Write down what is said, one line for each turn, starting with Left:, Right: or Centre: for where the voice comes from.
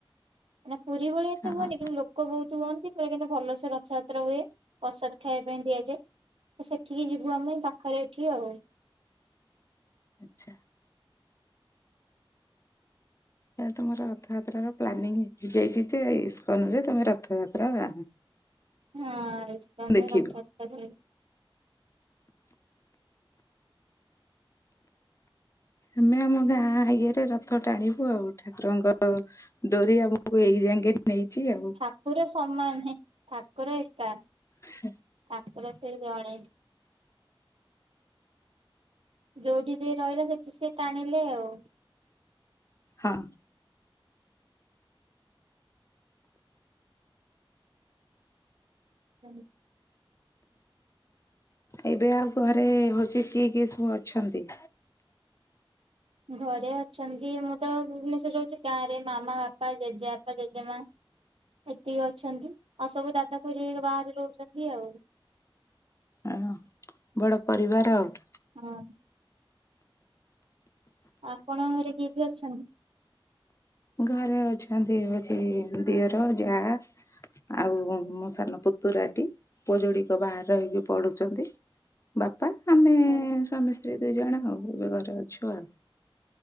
Right: ମାନେ ପୁରୀ ଭଳିଆ ଏତେ
Left: ହଁ
Right: ହୁଅନି
Left: ହଁ
Right: କିନ୍ତୁ ଲୋକ ବହୁତ ହୁଅନ୍ତି ପ୍ରାଏ କିନ୍ତୁ ଭଲସେ ରଥଯାତ୍ର ହୁଏ ପ୍ରସାଦ ଖାଏବାକୁ ସେଥିପାଇଁ ଦିଆଯାଏ ତ ସେଠିକି ଯିବୁ ଆମେ ପାଖରେ ଏଠି ଆଉ।
Left: ଆଚ୍ଛା। ତାହେଲେ ତମର ରଥଯାତ୍ରାର ପ୍ଳାନିଙ୍ଗ ହେଇଯାଇଛି ଯେ ଇସ୍କନରେ ତମେ ରଥଯାତ୍ରା
Right: ହଁ ଇସ୍କନରେ
Left: ଦେଖିବ
Right: ରଥଯାତ୍ରା ବୁଲିବୁ
Left: ଆମେ ଆମ ଗାଁ ଇଆରେ ରଥ ଟାଣିବୁ ଆଉ ଠାକୁରଙ୍କ ଡୋରି ଆମକୁ ଏଇ ଯାଙ୍କେ ନେଇଛି ଆଉ
Right: ଠାକୁର ସମାନ ଠାକୁର ଏକା
Left: ହ
Right: ଠାକୁର ସେଇ ଜଣେ ଯୋଉଠି ଯି ରହିଲା ସେଠି ସେ ଟାଣିଲେ ଆଉ
Left: ହଁ।
Right: ହୁଁ।
Left: ଏବେ ଆଉ ଘରେ ହଉଛି କିଏ କିଏ ସବୁ ଅଛନ୍ତି?
Right: ଘରେ ଅଛନ୍ତି ମୁଁ ତ ଭୁବନେଶ୍ୱର ରେ ରୋହୁଚି ଗାଁ ରେ ମାମା ବାପା ଜେଜେବାପା ଜେଜେମା ଏତିକି ଅଛନ୍ତି ଆଉ ସବୁ ଦାଦା ଖୁଡି ଘରିକା ବାହାରେ ରୋହୁଚନ୍ତି ଆଉ
Left: ଉହୁଁ ବଡ ପରିବାର ଆଉ
Right: ହଁ। ଆପଣ ଘରେ କିଏ କିଏ ଅଛନ୍ତି?
Left: ଘରେ ଅଛନ୍ତି ହୋଉଚି ଦିଅର ଯା ଆଉ ମୋ ସାନ ପୁତୁରାଟି ପୁଅ ଯୋଡିକ ବାହାର ରହି ପଢୁଚନ୍ତି। ବାପା ଆମେ ସ୍ୱାମୀ
Right: ହଁ
Left: ସ୍ତ୍ରୀ ଦୁଇ ଜଣ ଆଉ ଏବେ ଘରେ ଅଛୁ ଆଉ